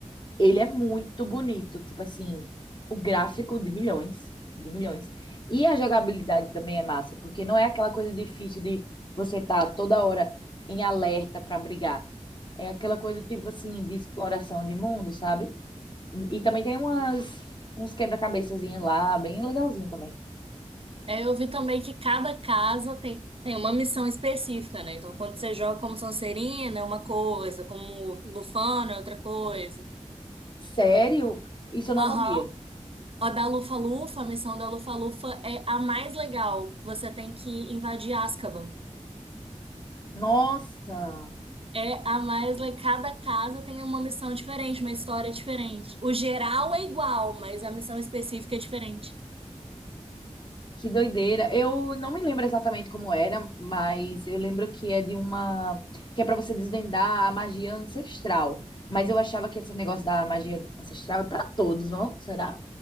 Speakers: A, on the left (about 40°); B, on the right (about 50°).
A: ele é muito bonito, tipo assim, o gráfico de milhões, de milhões. E a jogabilidade também é massa, porque não é aquela coisa difícil de você estar toda hora em alerta para brigar. É aquela coisa tipo assim de exploração de mundo, sabe? E também tem umas uns quebra-cabeçazinhos lá, bem legalzinho também.
B: É, eu vi também que cada casa tem, tem uma missão específica, né? Então, quando você joga como Sonserina, é uma coisa, como Lufana, é outra coisa.
A: Sério? Isso eu não
B: Aham.
A: sabia.
B: A da Lufa-Lufa, a missão da Lufa-Lufa é a mais legal, que você tem que invadir Azkaban.
A: Nossa!
B: É a Maisla, cada casa tem uma missão diferente, uma história diferente. O geral é igual, mas a missão específica é diferente.
A: Que doideira. Eu não me lembro exatamente como era, mas eu lembro que é de uma que é para você desvendar a magia ancestral. Mas eu achava que esse negócio da magia ancestral é para todos, não? Será?